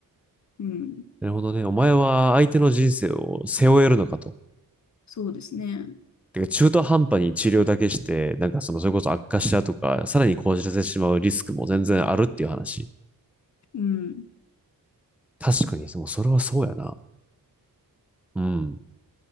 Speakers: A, on the left; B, in the centre.
A: うん。
B: なるほどね。お前は相手の人生を背負えるのかと。
A: そうですね。
B: てか中途半端に治療だけして、なんかその、それこそ悪化したとか、さらに講じらせてしまうリスクも全然あるっていう話。
A: うん。
B: 確かに、そのそれはそうやな。うん。